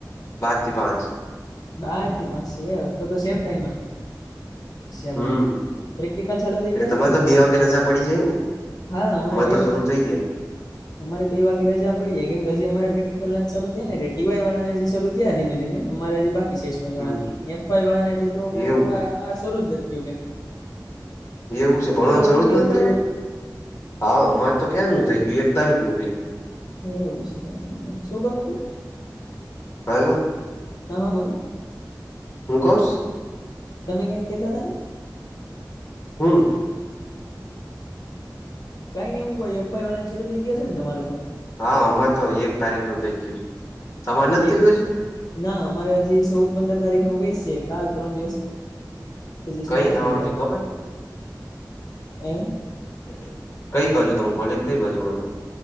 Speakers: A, on the left; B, on the left.
A: બાર થી પાંચ.
B: બાર થી પાંચ છે તો સેમ ટાઈમ સે આપડે
A: હમ
B: પ્રેક્ટિકલ ચાલુ થઈ
A: એટલે
B: ગયા છે તમારે?
A: તો બે વાગે રજા પડી જાય ને
B: હા અમારે બેવ
A: તો શરૂ થઈ ગયા
B: અમારે બે વાગે રજા પડીએ કેમ કે હજી અમારે પ્રેક્ટિકલ ના જ ચાલુ થયા ને એટલે ટીવાય વાળાને શરું થીયા ધીમે ધીમે અમારે જે બાકી કિસેસશાઈ વાળાને
A: હમ
B: એફવાઈ વાળાને હજી તો
A: એવું
B: આ શરૂ જ ન થીયું ભાઈ.
A: એવું છે ભણવાની જરૂર
B: થઈ ગયું
A: જ નથી?
B: એફવાય વાળાને
A: એ હા અમારે તો ક્યાર ન થઈ ગયું એક તારીખ નું થઇ ગયું.
B: એ એવું છે એમને શું કહો તમે?
A: હલો,
B: હા હા બોલો
A: હું કોશ?
B: તમે કઈ કેતા હતા ને.
A: હમ.
B: કઈ નઈ હું કઈ એફફાઈવાળાને શરૂ થઈ ગયા છે ને તમારે તો
A: હા હમા તો એક તારીખનું થઈ ગયું છે તમારે નથી થઈ
B: એક
A: ગયુ હજી
B: ના અમારે હજી ચૌદ પંદર તારીખનું કઇ સે કાલ પરમ દિવસ હજી શરૂતા
A: કઈ થવાનું
B: થઇ ગયા
A: કઈ ખબર
B: એ
A: એટલે કઈ બાજુ તમે કોલેજ કઈ બાજુ હતા